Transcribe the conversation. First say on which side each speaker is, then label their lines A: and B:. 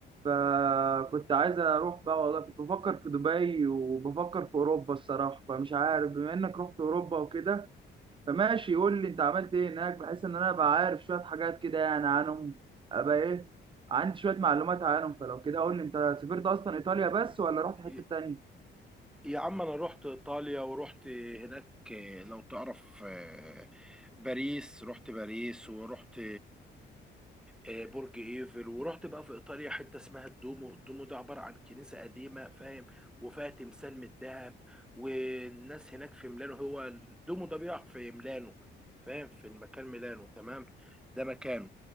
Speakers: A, on the right; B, in the centre.
A: فكنت عايز اروح بقى والله كنت بفكر في دبي وبفكر في اوروبا الصراحه فمش عارف بما انك رحت اوروبا وكده فماشي قول لي انت عملت ايه هناك بحيث ان انا ابقى عارف شويه حاجات كده يعني عنهم ابقى ايه عندي شويه معلومات عنهم فلو كده قول لي انت سافرت اصلا ايطاليا بس ولا رحت حته
B: ي-
A: تانية
B: يا عم انا رحت ايطاليا ورحت هناك آه، لو تعرف آه، باريس رحت باريس ورحت آه، برج ايفل ورحت بقى في ايطاليا حته اسمها الدومو الدومو ده عباره عن كنيسه قديمه فاهم وفيها تمثال من الذهب والناس هناك في ميلانو هو الدومو ده بيقع في ميلانو فاهم في المكان ميلانو تمام ده مكانه